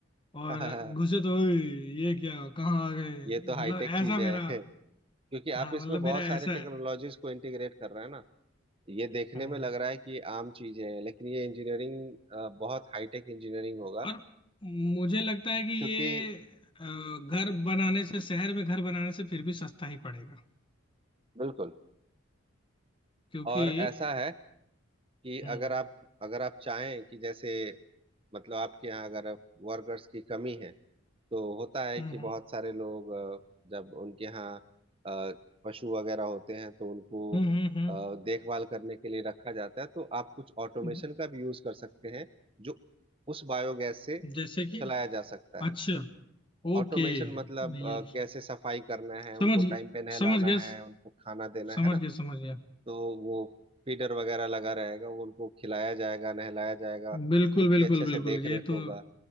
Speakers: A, on the left; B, on the right.
A: और
B: <laughs>
A: घुसे तो "ओए, ये क्या कहाँ आ गए
B: ये तो
A: मतलब
B: हाईटेक चीज
A: ऐसा
B: है
A: मेरा
B: <laughs> क्योंकि
A: हाँ
B: आप इसमें
A: मतलब
B: बहुत
A: मेरा
B: सारे
A: ऐसा
B: टेक्नोलॉजीज
A: है
B: को इंटीग्रेट कर रहे हैं ना ये देखने
A: हाँ
B: में लग रहा है कि ये आम चीजें हैं लेकिन ये इंजीनियरिंग बहुत हाईटेक इंजीनियरिंग होगा
A: और मुझे लगता है कि ये
B: क्योंकि
A: अ, घर बनाने से शहर में घर बनाने से फिर भी सस्ता ही पड़ेगा
B: बिल्कुल
A: क्योंकि
B: और ऐसा है कि
A: हम्म
B: अगर आप अगर आप चाहें कि जैसे मतलब आपके यहाँ अगर वर्कर्स की कमी है तो होता है
A: हम्म
B: कि बहुत
A: हम्म
B: सारे लोग अ, जब उनके यहाँ अ, पशु वगैरह होते हैं तो उनको
A: हम्म हम्म
B: अ, देखभाल करने के लिए रखा जाता है तो आप कुछ ऑटोमेशन
A: हम्म
B: का भी यूज कर सकते हैं जो उस बायोगैस से
A: जैसे कि
B: चलाया जा सकता है
A: अच्छा ओके
B: ऑटोमेशन मतलब
A: ये
B: अ, कैसे सफाई करना है उनको
A: समझ
B: टाइम
A: गया
B: पे नहलाना
A: समझ गया
B: है उनको खाना देना
A: समझ
B: है ना
A: गया समझ गया
B: तो वो फीडर वगैरह लगा रहेगा वो उनको खिलाया जाएगा नहलाया जाएगा
A: बिल्कुल
B: उनकी
A: बिल्कुल
B: अच्छे
A: बिल्कुल
B: से देख रेख
A: ये तो
B: होगा